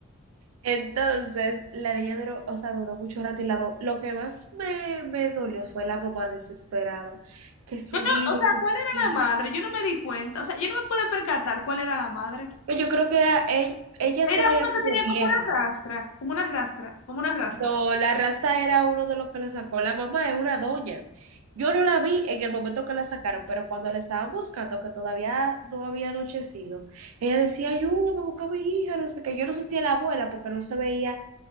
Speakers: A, on the right; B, on the left.
A: Entonces, la niña duró, o sea, duró mucho rato y la, mam- lo que más me, me dolió fue la mamá desesperada, que su
B: Yo no-
A: niña,
B: o sea,
A: que
B: ¿cuál
A: su
B: era
A: niña.
B: la madre? Yo no me di cuenta. O sea, yo no me pude percatar cuál era la madre.
A: Pero Yo creo que era- e- ella,
B: Era
A: se veía
B: una que
A: como
B: tenía
A: vieja,
B: como una rastra, como una rastra, como una rasta.
A: No, la rasta era uno de los que la sacó. La mamá es una doña. Yo no la vi en el momento que la sacaron, pero cuando la estaban buscando, que todavía no había anochecido, ella decía, ayúdame, busca a mi hija, no sé qué. Yo no sé si era la abuela, porque no se veía